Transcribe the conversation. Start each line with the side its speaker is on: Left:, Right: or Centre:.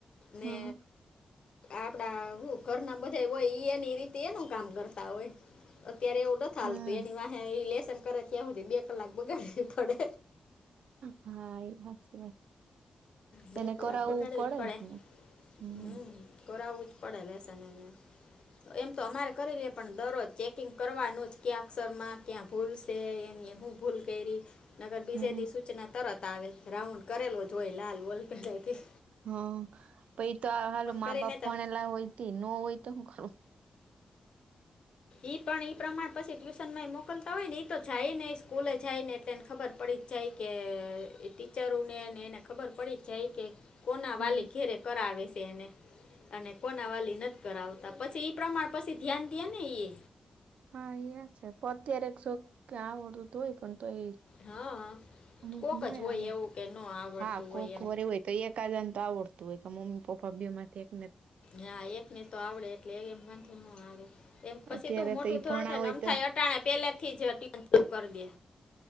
Right: હા
Left: ને આપણા હું ઘર ના બધા હોય ને રીતે એનું કામ કરતા હોય અત્યારે એવું નથ હાલતું
Right: હમ
Left: એની વાત હા એ લેેશન કરે ત્યા હુધી બે કલાક બગડવી પડે.
Right: હા એ હાચી વાત
Left: બે
Right: એને
Left: કલાલ
Right: કરાવવું
Left: બગાડવી જ પડે
Right: ને હમ
Left: હમ્મ કરાવવું જ પડે લેશેન એને એમ તો અમારે કરી લેએ પણ દરરોજ ચે કિંગ કરવાનું જ ક્યાં અક્ષર માં ક્યાં ભૂલ છે એની હું ભૂલ કરી નગર બીજે
Right: હમ
Left: દી સૂચના તરત આવે રાઉન્ડ કરેલુ જ હોય લાલ બોલપેનેથી
Right: હા પહિ તો હાલો મા
Left: કરીને
Right: બાપ
Left: તો
Right: ભણેલા હોય ત ન હોય તો હું કરવું
Left: ઈ પણ ઈ પ્રમાણ પછી ટ્યુશન માં એ મોકલતા હોય ને તો જાય ને સ્કૂલે જાય ને એટલેને ખબર પડી જ જાય કે ટીચરો નોને એને ખબર પડી જાય કે કોના
Right: હમ
Left: વાલી ઘેરે કરાવે સે એને અને કોના વાલી નથી કરાવતા પછી એ પ્રમાણે પછી ધ્યાન દઈએ ને ઈ
Right: હા ઇયા જ છે <unintelligible>
Left: હા
Right: અમુક
Left: કોક
Right: નોય
Left: જ હોય
Right: આવડતું
Left: એવું કે ન આવડતું
Right: હા કોક
Left: હોય એમ
Right: વાર એવું હોય તો એકાદન તો આવડતું હોય કે મમ્મી પપ્પા બે માંથી એક
Left: હા એક ને તો આવડે એટલે એમ વાંધો ન આવે. હા એમ પસી
Right: અત્યારે
Left: તું મોટું
Right: તો ઈ
Left: થોડું
Right: ભણા
Left: થાય
Right: હોય
Left: નમ
Right: તો
Left: થાય અટાણ પેલા થી જ અટું કરી દે